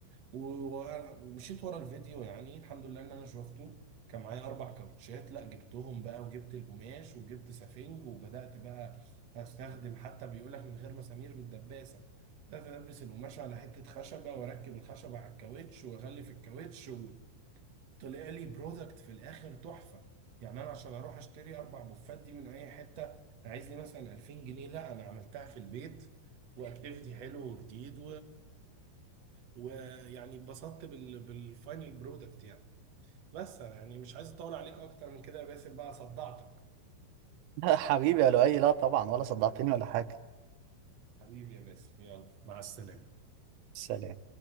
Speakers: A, on the right (about 65°); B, on the right (about 85°).
A: و- وأنا- ومشيت ورا الفيديو يعني الحمد لله ان انا شفته كان معايا اربع كاوتشات لا جبتهم بقى وجبت القماش وجبت سفنج وبدات بقى استخدم حتى بيقول لك من غير مسامير بالدباسه بدات البس القماش على حته خشبه واركب الخشبه على الكاوتش واغلف الكاوتش وطلع لي برودكت في الاخر تحفه يعني انا عشان اروح اشتري اربع بوفات دي من اي حته عايز لي مثلا 2000 جنيه لا انا عملتها في البيت واكتيفيتي حلو وجديد ويعني اتبسطت بال... بالفاينل برودكت يعني بس انا يعني مش عايز اطول عليك اكتر من كده يا باسم بقى صدعتك
B: <laughs> حبيبي يا لؤي لا طبعا ولا صدعتني ولا حاجه
A: حبيبي يا باسم يلا مع السلامة
B: سلام